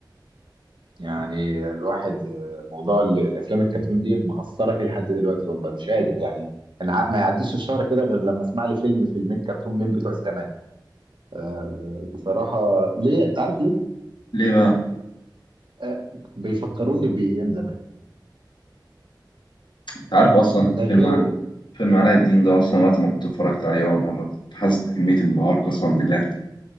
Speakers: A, on the right; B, on the left.
A: يعني الواحد موضوع ال- الافلام الكرتون دي مأثره فيه لحد دلوقتي والله مش قادر يعني انا ع- ما يعديش الشهر كده غير لما اسمع لي فيلم فيلمين كرتون من بتوع زمان آه، بصراحه ليه انت عارف ليه
B: ليه بقى
A: آه، بيفكروني بايام زمان
B: انت عارف اصلا
A: ده
B: فيلم
A: غير
B: عن- فيلم علاء الدين ده اصلا وقت ما كنت اتفرجت عليه اول مره كنت حاسس بكميه انبهار قسما بالله